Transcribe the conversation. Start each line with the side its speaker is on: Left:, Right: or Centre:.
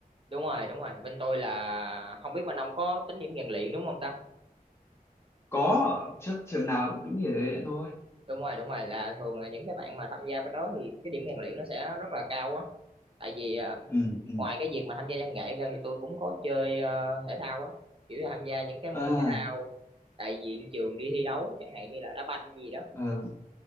Right: đúng rồi đúng rồi bên tôi là không biết bên ông có tính điểm rèn luyện đúng không ta
Left: có trước trường nào cũng tính như thế thôi
Right: đúng rồi đúng rồi là thường là những cái bạn mà tham gia bên đó thì cái điểm rèn luyện nó sẽ rất là cao á tại vì à,
Left: ừ ừ
Right: ngoài cái việc mà tham gia văn nghệ ra thì tôi cũng có chơi ờ, thể thao á kiểu là tham gia những cái môn
Left: à
Right: thể thao đại diện trường đi thi đấu chẳng hạn như là đá banh gì đó
Left: ờ.